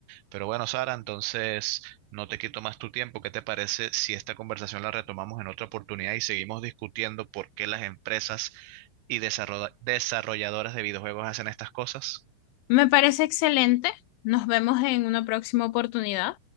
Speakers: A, on the right; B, on the left.
A: Pero bueno, Sara, entonces no te quito más tu tiempo. ¿Qué te parece si esta conversación la retomamos en otra oportunidad y seguimos discutiendo por qué las empresas y desarrolla- desarrolladoras de videojuegos hacen estas cosas?
B: Me parece excelente. Nos vemos en una próxima oportunidad.